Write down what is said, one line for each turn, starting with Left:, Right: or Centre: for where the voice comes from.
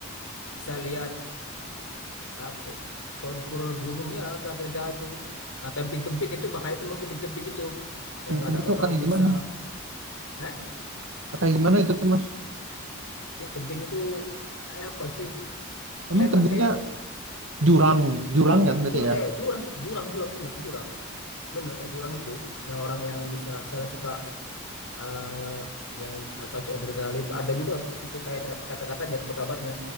Left: bisa lihat ah, kontur gunungnya kira-kira jalan itu. Nah, tebing-tebing itu bahaya tuh memang tebing-tebing itu. Yang
Right: Tapi
Left: ada
Right: itu
Left: orang
Right: kayak
Left: yang
Right: gimana?
Left: bisa, eh,
Right: Kayak gimana itu tuh mas?
Left: ya tebing itu kayak apa sih?
Right: Emang
Left: Kelihatan
Right: tebingnya
Left: kayak,
Right: jurang, jurang kan berarti
Left: iya
Right: ya?
Left: kayak jurang, jurang, jurang, bener jurang, bener kayak jurang itu. Yang orang yang bisa, misalnya suka eh, yang apa sih adrenalin itu ada juga gitu kayak kata-kata aja kabarnya